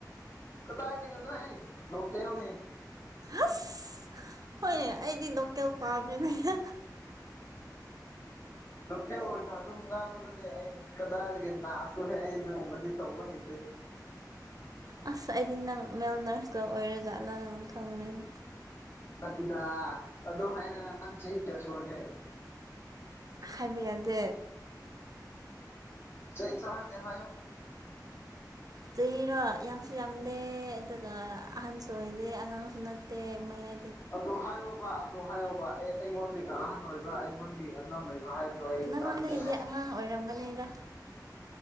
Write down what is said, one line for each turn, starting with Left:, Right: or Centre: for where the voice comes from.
Left: ꯀꯗꯥꯏꯅꯤ ꯑꯣꯅꯣ ꯍꯥꯏ ꯂ ꯍꯧꯅꯦ
Right: ꯑꯁ ꯍꯣꯏ ꯑꯩꯗꯤ ꯂꯣꯀꯦꯜ ꯄꯥꯝꯃꯤꯅꯦ
Left: ꯂꯣꯀꯦꯜ ꯑꯣꯏꯅ ꯑꯗꯨꯝ ꯉꯥꯡꯕꯗꯨꯅꯦ ꯑꯩ ꯀꯗꯥꯏꯗꯒꯤ ꯅꯥꯁꯨꯇ ꯍꯦꯛ ꯑꯩ ꯑꯗꯨꯃꯗꯤ ꯇꯧꯕ ꯍꯩꯇꯦ
Right: ꯑꯁ ꯑꯩꯗꯤ ꯅꯪ ꯃꯦꯜ ꯅꯔꯁꯀ ꯑꯣꯏꯔꯦꯖꯥꯠꯅ ꯅꯪ ꯈꯪꯅꯩ
Left: ꯅꯠꯇꯤꯗꯥ ꯑꯗꯣ ꯍꯥꯏꯔꯒ ꯅꯪ ꯆ ꯀꯦ ꯁꯣꯔꯒꯦ
Right: ꯍꯥꯏꯕ ꯌꯥꯗꯦ
Left: ꯆꯍꯤ ꯊꯥꯒꯗ ꯍꯥꯏꯣ
Right: ꯆꯔꯣ ꯌꯥꯝꯁꯨ ꯌꯥꯝꯗꯦ ꯑꯗꯨꯒ ꯑꯍꯟꯁꯨ ꯑꯣꯏꯗꯦ ꯑꯉꯥꯡꯁꯨ ꯅꯠꯇꯦ ꯃꯌꯥ
Left: ꯑꯗꯣ ꯍꯥꯏꯌꯣꯕ ꯑꯣ ꯍꯥꯏꯌꯣꯕ ꯑꯩ ꯑꯩꯉꯣꯟꯗꯒꯤꯒ ꯑꯍꯟ ꯑꯣꯏꯕ꯭ꯔꯥ ꯑꯩꯉꯣꯟꯗꯒꯤ ꯑꯉꯥꯡ ꯑꯣꯏꯕ꯭ꯔꯥ ꯍꯥꯏꯕꯗꯣ ꯑꯩ
Right: ꯅꯪꯉꯣꯟꯗ
Left: ꯇꯥꯅꯤꯡꯕ
Right: ꯏꯗꯤ ꯑꯉꯥꯡ ꯑꯣꯏꯔꯝꯒꯅꯤꯗ